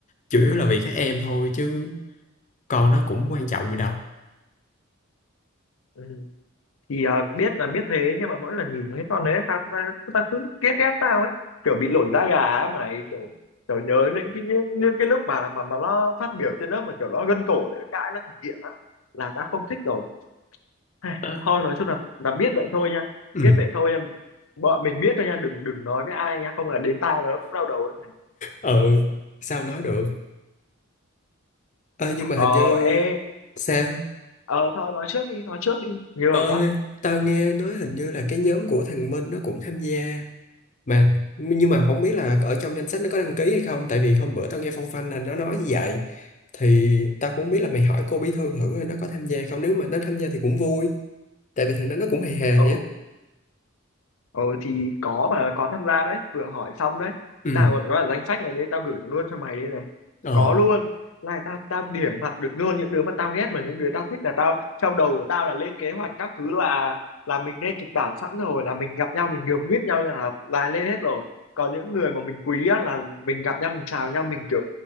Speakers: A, on the left (about 35°); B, on the left (about 75°).
A: chủ yếu là vì các em thôi chứ con nó cũng quan trọng gì đâu
B: ừ. thì ờ, biết là biết thế nhưng mà mỗi lần nhìn cái con đấy ta ta, ta cứ ghét ghét tao ấy kiểu bị nổi da gà á mày kiểu kiểu nhớ những cái như, như cái lúc mà mà mà nó phát biểu trên lớp mà kiểu nó gân cổ đấy nó cãi nó thể hiện á là ta không thích rồi Ai,
A: Ờ.
B: thôi nói chung là là biết vậy thôi nha
A: ừ
B: biết vậy thôi nha bọn mình biết thôi nha đừng đừng nói với ai nha không là đến tai nó cũng đau đầu ấy mày
A: ừ sao nói được Ờ, nhưng mà hình
B: ờ
A: như
B: ê
A: sao
B: ờ thôi nói trước đi nói trước đi nhường
A: ơi
B: đó
A: tao nghe nói hình như là cái nhóm của thằng Minh nó cũng tham gia mà nhưng mà không biết là ở trong danh sách nó có đăng ký hay không tại vì hôm bữa tao nghe phong phanh là nó nói như vậy thì tao cũng không biết là mày hỏi cô bí thư thử coi nó có tham gia không nếu mà nó tham gia thì cũng vui tại vì thằng đó nó cũng hề hề
B: ừ
A: á
B: ừ thì có mà có tham gia đấy vừa hỏi xong đấy
A: ừ
B: tao còn có cả danh sách này đây tao gửi luôn cho mày đây này
A: ờ
B: có luôn này tao tao điểm mặt được luôn những đứa mà tao ghét mà những đứa tao thích là tao trong đầu của tao là lên kế hoạch các thứ là là mình lên kịch bản sẵn rồi là mình gặp nhau mình nhường biết nhau là là lên hết rồi còn những người mà mình quý á, là mình gặp nhau mình chào nhau mình kiểu